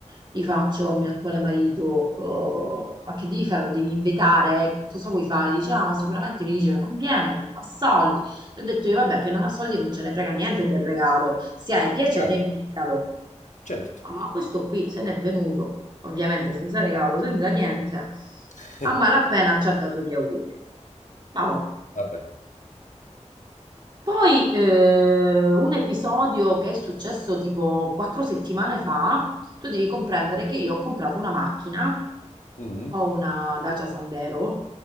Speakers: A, on the right; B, on the left.
A: Gli faccio al mio attuale marito, "Oh, ma che devi fare? Lo devi invitare? Cosa vuoi fare? Dice, ah, ma sicuramente mi dice che non viene, che non ha soldi. E ho detto io, vabbè, che non ha soldi non ce ne frega niente del regalo. Se hai piacere,
B: certo,
A: invitalo.
B: certo.
A: "Ah, ma questo qui se n'è venuto, ovviamente senza regalo, senza niente.
B: <laughs>
A: A malapena ci ha dato gli auguri. Ma boh,
B: Vabbè.
A: poi eh, un episodio che è successo tipo quattro settimane fa, tu devi comprendere che io ho comprato una macchina,
B: Mm,
A: ho una Dacia Sandero,